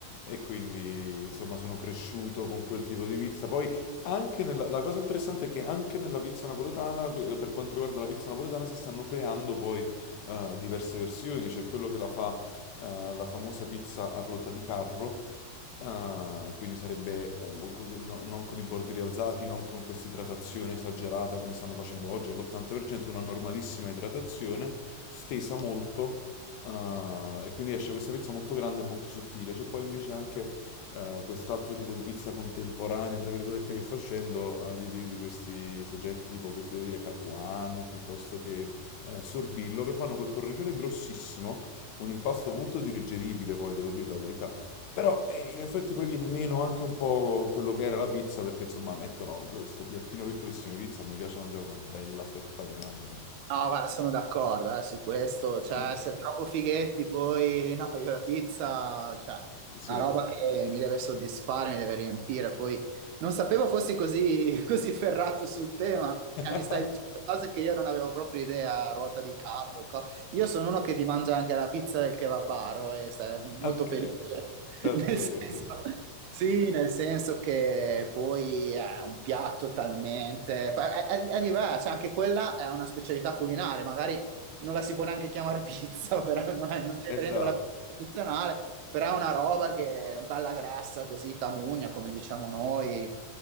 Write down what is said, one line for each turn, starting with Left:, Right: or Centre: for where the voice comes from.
Left: E quindi, insomma, sono cresciuto con quel tipo di pizza. Poi, anche nella, la cosa interessante è che anche nella pizza napoletana, eh, per quanto riguarda la pizza napoletana, si stanno creando poi eh, diverse versioni. C'è quello che la fa eh, la famosa pizza a ruota di carro. Ah, quindi sarebbe un- co- no- non con i bordi rialzati, non con questa idratazione esagerata come stanno facendo oggi, all'80%, una normalissima idratazione, stesa molto, ah, e quindi esce questa pizza molto grande e molto sottile. C'è poi invece anche eh, quest'altro tipo di pizza contemporanea, tra virgolette, che sta uscendo, eh, di, di- di questi soggetti tipo, che ti devo dire, Capuano, piuttosto che eh, Sorbillo, che fanno quel cornicione grossissimo un impasto molto digeribile, poi devo dire la verità. Però eh, in effetti poi viene meno anche un po' quello che era la pizza, perché insomma mettono questo piattino piccolissimo di pizza, mi piace mangiare una bella fetta grande.
Right: No, guarda, sono d'accordo eh, su questo, cioè
Left: Mm.
Right: essere troppo fighetti poi, no, io la pizza, cioè,
Left: Sì.
Right: è una roba che mi deve soddisfare, mi deve riempire, poi non sapevo fossi così, <laughs> così ferrato sul tema, perché
Left: <laughs>
Right: mi stai dicendo cose che io non avevo proprio idea, ruota di carro, co- io sono uno che ti mangia anche la pizza del kebabaro e sei
Left: Ok,
Right: molto felice. <laughs>
Left: ok,
Right: Nel senso,
Left: ok.
Right: sì, nel senso che poi è un piatto talmente... poi È, è- è diverso, cioè anche quella è una specialità culinaria, magari non la si può neanche chiamare pizza, <laughs> però non, è- non c'entra
Left: Esatto,
Right: niente con la pizza tradizionale, però è una roba che è bella grassa, così tamugna, come diciamo noi,